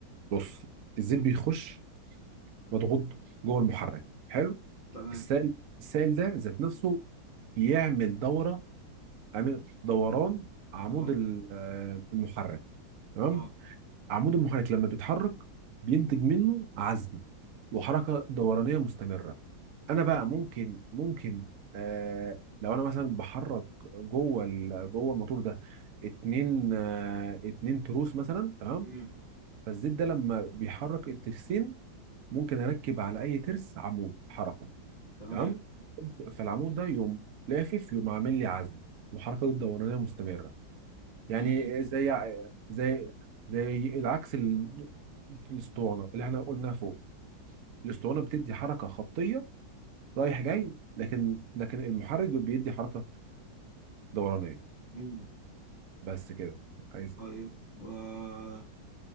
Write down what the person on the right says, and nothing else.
بص الزيت
بيخش مضغوط جوه المحرك حلو
السائل السائل ده ذات نفسه بيعمل دورة عامل دوران عمود
ال- آه، المحرك تمام
عمود المحرك لما بيتحرك بينتج منه عزم وحركة دورانية مستمرة انا بقى ممكن ممكن آه لو انا مثلا بحرك جوه ال- جوه الموتور ده اتنين آه اتنين تروس مثلا تمام
فالزيت ده لما بيحرك الترسين ممكن اركب على اي ترس عمود حركه
تمام فالعمود ده يقوم لافف يقوم عامل لي عزم وحركته الدورانيه مستمره
يعني زي زي زي العكس ال- الاسطوانه اللي احنا قلناها فوق الاسطوانه بتدي حركه خطيه رايح جاي لكن لكن المحرك بيدي حركه دورانيه
بس كده عايز